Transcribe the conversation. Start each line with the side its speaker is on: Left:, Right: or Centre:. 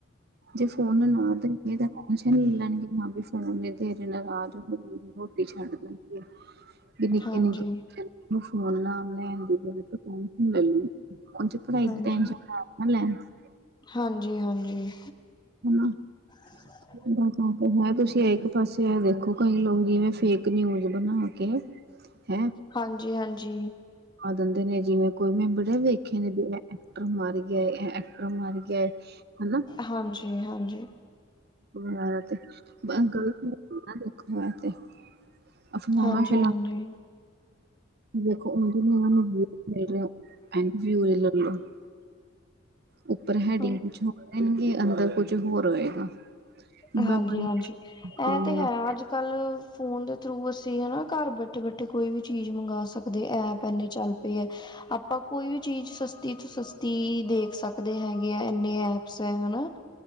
Right: ਜੇ ਫੋਨ ਨਾ ਦਈਏ ਤਾਂ ਟੈਨਸ਼ਨ ਲੈ ਲੈਣਗੇ ਹਾਂ ਵੀ ਫੋਨ ਦੇ ਦੇ। <unintelligible> ਰੋਟੀ ਛੱਡ ਦੇਣਗੇ। ਵੀ ਨਿੱਕੇ-
Left: ਹਾਂਜੀ
Right: ਨਿੱਕੇ ਬੱਚਿਆ ਨੂੰ ਫੋਨ <unintelligible> ਲੇ ਲਈ। ਉਂਝ ਪੜਾਈ
Left: ਹਾਂਜੀ
Right: ਦੀ ਟੇਨਸ਼ਨ ਨਾ ਲੇਣ <unintelligible>
Left: ਹਾਂਜੀ- ਹਾਂਜੀ।
Right: ਹੂੰ।
Left: <inaudible>
Right: <unintelligible> ਤੁਸੀਂ ਇੱਕ ਹੁਣ ਸੇ਼ਕ ਦਸੇਆ ਹੋਆ, ਕਈ ਲੋਕ ਜਿਵੇਂ ਫੇਕ ਨਿਊਜ ਬਣਾ ਕੇ ਹੈ
Left: ਹਾਂਜੀ- ਹਾਂਜੀ।
Right: ਆ ਜਾਂਦੇ ਨੇ ਜਿਵੇਂ ਕੋਈ ਮੈਂ ਬੜੇ ਵੇਖੇ ਨੇ ਵੀ ਇਹ ਐਕਟਰ ਮਰ ਗਿਆ ਏ ਇਹ ਐਕਟਰ ਮਰ ਗਿਆ ਏ ਹਨਾ
Left: ਹਾਂਜੀ ਹਾਂਜੀ
Right: ਗਲਤ <unintelligible> ਨਾ ਦੇਖਣ ਵਾਸਤੇ ਅਫਵਾਵਾ
Left: ਹਾਂਜੀ
Right: ਫੈਲਾ ਦੇਖੋ <unintelligible> ਉੱਪਰ ਹੈਡਿੰਗ
Left: ਹਾਂਜੀ
Right: ਕੁਛ ਹੋਰ ਰਹਿੰਦੀ ਏ ਅੰਦਰ ਕੁਛ ਹੋਰ ਹੋਏਗਾ।
Left: ਹਾਂਜੀ-
Right: ਮੈਂ ਬੜੀ
Left: ਹਾਂਜੀ ਇਹ
Right: ਹਾਂ
Left: ਤੇ ਹੈ ਅੱਜ ਕੱਲ ਫੋਨ ਦੇ ਥਰੂ ਅਸੀਂ ਹਨਾ ਘਰ ਬੈਠੇ- ਬੈਠੇ ਕੋਈ ਵੀ ਚੀਜ਼ ਮੰਗਾ ਸਕ ਕਦੀ ਐਪ ਇਨੇ ਚੱਲ ਪਏ ਐ, ਆਪਾਂ ਕੋਈ ਵੀ ਚੀਜ਼ ਸਸਤੀ ਤੋਂ ਸਸਤੀ ਦੇਖ ਸਕਦੇ ਹੈਗੇ ਇੰਨੇ ਐਪਸ ਐ ਹਨਾ।